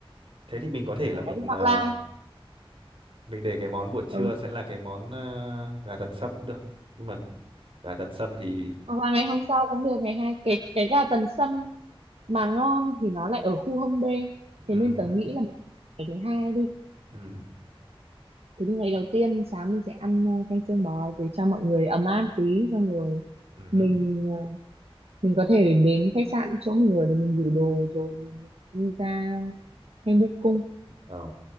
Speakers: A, on the right; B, on the right.
A: thế thì mình có thể là
B: chả
A: mình
B: có gì. hoặc
A: ờ,
B: là
A: mình để cái món buổi trưa
B: ừ
A: sẽ là cái món ờ, gà tần sâm cũng được nhưng mà gà tần sâm thì
B: hoặc là ngày hôm sau cũng được ngày hai cái cái gà tần sâm mà ngon thì nó lại ở khu Hông Đê thế
A: ừ,
B: nên tớ
A: hứ,
B: nghĩ là ngày thứ hai đi
A: ừ,
B: thế nhưng ngày đầu tiên sáng mình sẽ ăn ờ, canh xương bò để cho mọi người ấm áp tí xong rồi
A: ừ,
B: mình
A: hứ.
B: ờ, mình có thể đến khách sạn chỗ mình ở để mình gửi đồ rồi mình đi ra hay búc cung
A: Ờ,